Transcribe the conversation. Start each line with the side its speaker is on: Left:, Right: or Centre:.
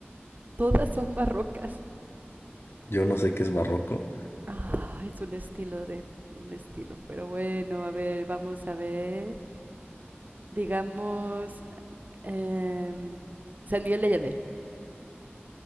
Right: Todas son barrocas.
Left: Yo no sé qué es barroco.
Right: Ah, oh, es un estilo de... Un estilo. Pero bueno, a ver, vamos a ver. Digamos Em, San Miguel de Allende.